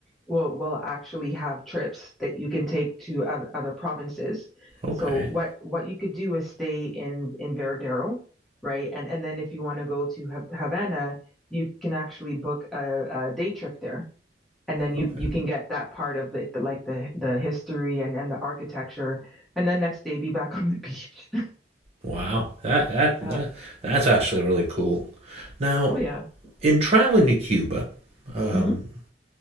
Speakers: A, in the centre; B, on the right.
A: will will actually have trips that you can take to oth- other provinces.
B: Okay.
A: So what what you could do is stay in in Veradero, right? And and then if you want to go to Ha- Havana, you can actually book a, a day trip there and then you
B: Okay.
A: you can get that part of it, the, like the the history and and the architecture, and then next day be back on the beach.
B: Wow. That that
A: <laughs> yeah.
B: that that's actually really cool. Now,
A: Oh yeah.
B: in traveling to Cuba, um,
A: hmm